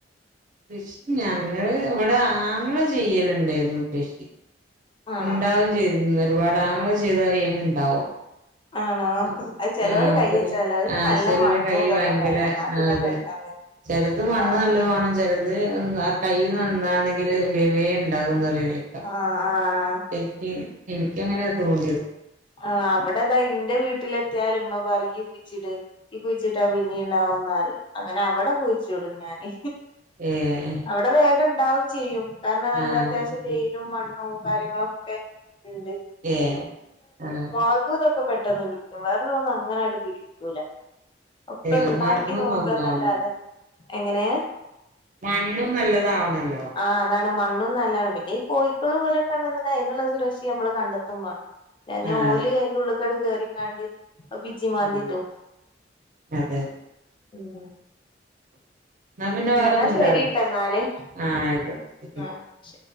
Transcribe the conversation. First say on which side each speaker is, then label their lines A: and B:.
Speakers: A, on the right; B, on the left.
A: കൃഷി ഞങ്ങള് ഇവിടെ ആങ്ങള ചെയ്യലുണ്ടായിരുന്നു കൃഷി
B: ആണോ
A: ഉണ്ടാവും ചെയ്തു ഒരുപാട ആങ്ങള ചെയ്താൽ വെ ഉണ്ടാവും
B: ആണോ
A: ആഹ്
B: അത് ചെലോല്
A: അഹ്
B: കയ്യച്ചാ ചെലോല്
A: ആഹ് ആയിഷറിയാം
B: നല്ല മണ്ണും
A: കൈ
B: ഇതൊക്കെ
A: ഭയങ്കര
B: വേണം എന്നാ പിന്നെ
A: ആഹ് അതെ
B: പെട്ടെന്ന്
A: ചെലത്
B: ഇണ്ടാവും
A: മണ്ണ് നല്ല വേണം ചിലത് അത് ആഹ് കൈ നന്നാണെങ്കിൽ വെ വെ ഉണ്ടാകുന്ന്‌ പറീണ്‌ കേൾക്കാ
B: ആഹ് ആഹ്
A: എനിക്ക് എനിക്ക് എങ്ങനെയ തോന്നിയത്
B: ആഹ് അവിടെതാ എൻ്റെ വീട്ടിലെത്തിയാല് ഉമ്മ പറയും ഇയ്യ് കുഴിച്ച് ഇട് കുഴിച്ചിട്ടാ പിന്നിം ഉണ്ടാവും എന്ന് പറിം, അങ്ങനെ അവിടെ കുഴിച്ചിടും ഞാന്
A: ഏഹ്
B: അവിടെ വേഗം ഉണ്ടാവും ചെയ്യും കാരണം നല്ല
A: ആഹ്
B: അത്യാവശ്യം വെയിലും മണ്ണും കാര്യങ്ങളൊക്കെ ഉണ്ട്
A: ഏഹ് ആഹ്
B: മുളകും ഇതൊക്കെ പെട്ടെന്ന് പിടിക്കും വേറെള്ളത് അങ്ങനെയൊന്നും പിടിക്കൂല ഒക്കെ
A: ഏഹ്
B: ഉണ്ടാക്കി
A: മണ്ണും
B: നോക്കന്നല്ലാതെ
A: നന്നാവണല്ലോ
B: എങ്ങനെ
A: മണ്ണും നല്ലതാവണല്ലോ
B: ആഹ് അതാണ് മണ്ണും നല്ലതാണ് പിന്നെ ഈ കോഴക്കള് പോലെ അതിനുള്ള സുരക്ഷ നമ്മള് കണ്ടെത്തുമ്പാ
A: ആഹ്
B: ഓല്
A: അതെ
B: അതിന്റെ ഉള്ളകണ്ട് കയറീക്കാണ്ട് അപിച്ചി മാന്തി
A: ഉം
B: ഇട്ടു
A: അതെ
B: ഉം
A: എന്നാ പിന്നെ വേറോന്നുംല്ലല്ലേ
B: എന്നാ ശരിട്ട എന്നാല്
A: ആഹ് ആയിക്കോട്ടെ ശരി
B: ആഹ് ശരി